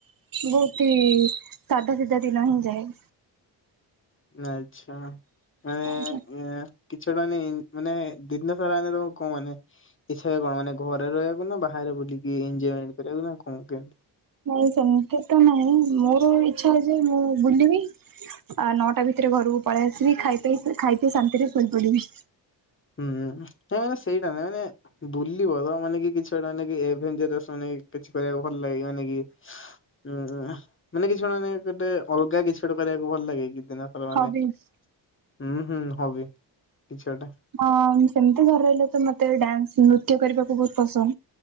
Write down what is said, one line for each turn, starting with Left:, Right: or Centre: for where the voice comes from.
Right: ବହୁତି ସାଧା ସିଧା ଦିନ ହିଁ ଯାଏ।
Left: ଆଚ୍ଛା। ମାନେ
Right: ଆଜ୍ଞା।
Left: କିଛି ଓଟେ ମାନେ ମାନେ ଦିନ ସାରା ମାନେ ତମ କଣ ମାନେ। ଇଛା ଉଏ କଣ ମାନେ ଘରେ ରହିବାକୁ ନା ବାହାରେ ବୁଲିକି ଏଞୟମେଣ୍ଟ କରିବାକୁ କଣ କେମତି।
Right: ନାଇଁ ସେମିତି ତ ନାହିଁ ମୋର ଇଛା ଯେ ମୁଁ ବୁଲିବି। ଆ ନଅଟା ଭିତରେ ଘରକୁ ପଳେଇ ଆସିବି ଖାଇ ଖାଇ ପି ଶାନ୍ତିରେ ସୋଇ ପଡିବି।
Left: ହୁଁ ହୁଁ ତା ମାନେ ସେଇଟା ନାଇଁ ମାନେ ବୁଲିବ ତ ମାନେ କି କିଛିଟେ ମାନେକି ଏଭେନ୍ ଜେରସ ନେଇ କିଛି କରିବାକୁ ଭଲ୍ ଲାଗିବନିକି। ଉଁ ମାନେ କିଛି ଗୋଟେ ମାନେ ଗୋଟେ ଅଲଗା କିଛି ଗୋଟେ କରିବାକୁ ଭଲ ଲାଗେ କି ଦିନ? ମାନେ
Right: ହବିସ୍
Left: ହୁଁ ହୁଁ ହବି କିଛିଗୋଟେ।
Right: ହଁ ସେମତି ଘରେ ରହିଲେ ତ ମତେ ଡ୍ୟାନ୍ସ ନୃତ୍ୟ କରିବାକୁ ବୋହୁତ୍ ପସନ୍ଦ।